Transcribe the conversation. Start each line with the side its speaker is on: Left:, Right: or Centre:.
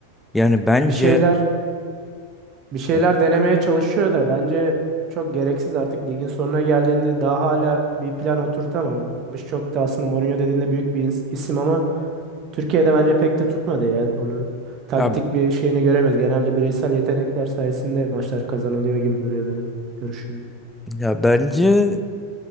Centre: Yani bence
Right: Bir şeyler bir şeyler
Centre: e,
Right: denemeye çalışıyor da bence çok gereksiz artık ligin sonuna geldiğinde daha hala bir plan oturtamamış. Çok da aslında Mourinho dediğinde büyük bir ins- isim ama Türkiye'de bence pek de tutmadı ya. Onu taktik
Centre: ya,
Right: bir şeyini göremez. Genelde bireysel yetenekler sayesinde maçlar kazanılıyor gibi duruyor benim görüşüm.
Centre: ya bence
Right: Evet,